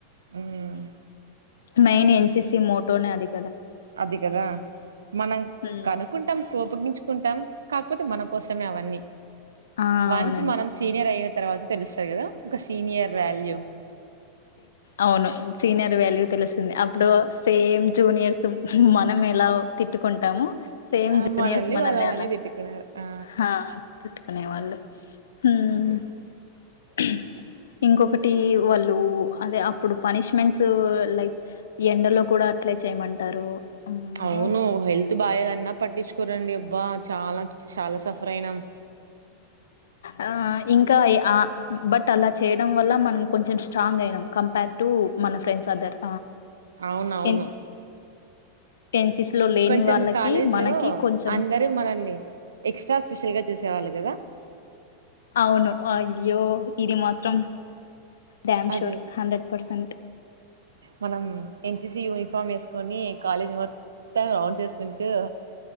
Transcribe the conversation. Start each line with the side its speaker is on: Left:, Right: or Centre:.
Right: ఉమ్
Left: మెన్ ఎన్సీసి మోటో అధి
Right: అది కదా మనం
Left: హ్మ్.
Right: కనుక్కుంటాం కోప తిట్టుకుంటాం కాకపోతే మన కోసమే అవన్నీ
Left: ఆ
Right: వన్స్
Left: అవునండి
Right: మనం సీనియర్ అయి తర్వాత తెలుస్తారు కదా ఒక సీనియర్ వాల్యూ
Left: అవును సీనియర్ వాల్యూ తెలుస్తుంది అప్పుడు సేమ్ జూనియర్స్ మనం ఎలా తిట్టుకుంటాము సేమ్
Right: ఆ
Left: జూనియర్స్ మనల్ని
Right: వాళ్ళు అలానే
Left: అలా
Right: తిట్టుకున్నారు ఆ
Left: హ తిట్టుకునే వాళ్ళు హ్మ్
Right: అదే
Left: <inaudible> ఇంకొకటి వాళ్ళు అదే అప్పుడు పనిష్మెంట్స్ లైక్ ఎండలో కూడా అట్లే చేయమంటారు అమ్మో
Right: అవును హెల్త్ బాలేదన్న పట్టి కూరండి అబ్బా చాలా చాలా సఫర్ అయినాం
Left: ఆ ఇంకా ఆ బట్ అలా చేయడం వల్ల మనం కొంచెం స్ట్రాంగ్ అ కంపేర్ టు మన ఫ్రెండ్స్ అదర్
Right: అవునవును
Left: ఎన్ టెన్సీస్లో లేని
Right: కొంచెం
Left: వాళ్ళకి
Right: కాలేజీ
Left: మనకి
Right: లో
Left: కొంచెం
Right: అందరు మనల్ని ఎక్స్ట్రా స్పెషల్ గా చూసేవాళ్ళు కదా
Left: అవును అయ్యో ఇది మాత్రం డ్యామ్షూర్
Right: అదే
Left: హండ్రెడ్ పర్సెంట్
Right: మనం ఎన్సిసి యూనిఫామ్ వేసుకొని కాలేజ్ అంత రౌండ్ చేసుకుంటూ